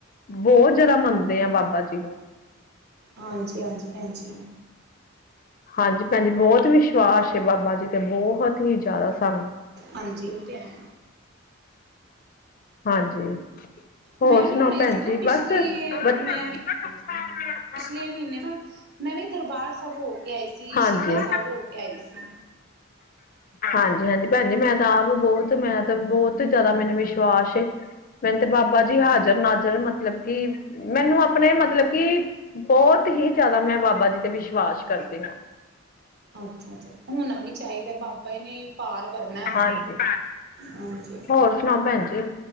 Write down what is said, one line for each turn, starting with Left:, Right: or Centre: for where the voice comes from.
Left: ਬਹੁਤ ਜ਼ਿਆਦਾ ਮੰਨਦੇ ਆ ਬਾਬਾ ਜੀ ਨੂੰ।
Right: ਹਾਂਜੀ, ਹਾਂਜੀ ਭੈਨ ਜੀ।
Left: ਹਾਂਜੀ ਭੈਣਜੀ ਬਹੁਤ ਵਿਸ਼ਵਾਸ ਏ ਬਾਬਾ ਜੀ ਤੇ ਬਹੁਤ ਹੀ ਜ਼ਿਆਦਾ ਸਾਨੂੰ।
Right: ਹਾਂਜੀ ਉਹ ਤੇ ਐ।
Left: ਹਾਂਜੀ ਹੋਰ
Right: ਮੈਂ
Left: ਸੁਣਾਓ
Right: ਵੀ ਆਈਂ
Left: ਭੈਣ
Right: ਸੀ ਨਾ,
Left: ਜੀ
Right: ਪਿਛਲੀ-
Left: ਬਸ ਬੱਚ-
Right: ਮੈਂ ਪਿਛਲੇ ਮ੍ਹੀਨੇ ਨਾ ਮੈਂ ਵੀ ਦਰਬਾਰ ਸਾਬ ਹੋ ਕੇ ਆਈ ਸੀ
Left: ਹਾਂਜੀ
Right: ਸੀ਼ਦਾ ਸਾਬ ਹੋ ਕੇ ਆਈ ਸੀ।
Left: ਹਾਂਜੀ, ਹਾਂਜੀ ਭੈਨ ਜੀ ਮੈਂ ਤਾ ਆਪ ਬੋਤ, ਮੈਂ ਤਾ ਬੋਤ ਬਹੁਤ ਜ਼ਿਆਦਾ ਮੈਨੂੰ ਵਿਸ਼ਵਾਸ ਏ, ਮੈਨੂੰ ਤੇ ਬਾਬਾ ਜੀ ਹਾਜ਼ਰ ਨਾਜ਼ਰ ਮਤਲਬ ਕਿ ਮੈਨੂੰ ਆਪਣੇ ਮਤਲਬ, ਕਿ ਬਹੁਤ ਹੀ ਜ਼ਿਆਦਾ ਮੈਂ ਬਾਬਾ ਜੀ ਤੇ ਵਿਸ਼ਵਾਸ ਕਰਦੀ ਆਂ।
Right: ਅੱਛਾ, ਅੱਛਾ ਹੋਨਾ ਵੀ ਚਾਈਦਾ ਬਾਬਾ ਈ ਨੇ ਪਾਰ ਕਰਨਾ,
Left: ਹਾਂਜੀ
Right: ਹਾਂਜੀ।
Left: ਹੋਰ ਸੁਨਾਓ, ਭੈਨ ਜੀ